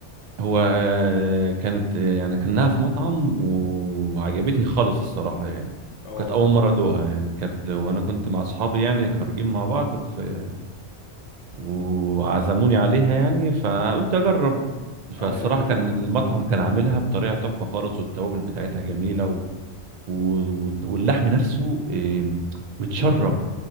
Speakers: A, on the right; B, on the left.
A: هو آه، كانت آه، يعني كانها في مطعم وعجبتني خالص الصراحة يعني
B: اه
A: كانت أول مرة أدوها يعني كانت وأنا كنت مع أصحابي يعني خارجين مع بعض في
B: مم.
A: وعزموني عليها يعني فقلت أجرب فالصراحة
B: اي ايوه
A: كان
B: فاهمك
A: المطعم كان عاملها بطريقة تحفة خالص والتوابل بتاعتها جميلة و... و... واللحم نفسه آه، متشرب